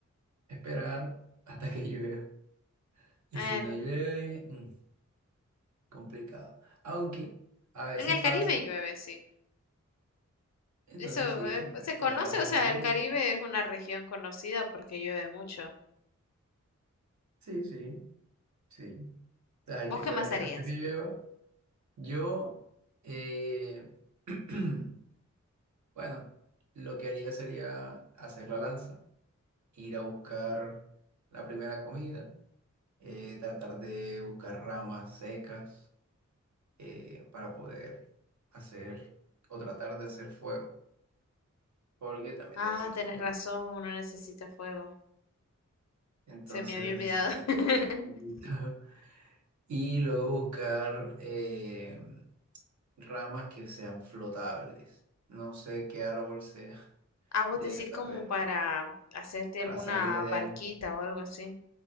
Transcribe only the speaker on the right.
Esperar hasta que llueva. Y
si no llueve, mm, complicado. Aunque a veces
pasa,
entonces
sí,
se
puede
esperar
hasta
que llueva.
Sí, sí, sí. Hay
que esperar
que-
hasta que llueva. Yo, eh, <clears throat> bueno, lo que haría sería hacer la lanza, ir a buscar la primera comida, eh, tratar de buscar ramas secas eh, para poder hacer o tratar de hacer fuego, porque también
necesito
fuego.
Entonces
necesito...
<laughs> Y luego buscar... eh, ramas que sean flotables. No sé qué árbol sea <laughs>
de,
o sea,
ver,
para
salir de
ahí.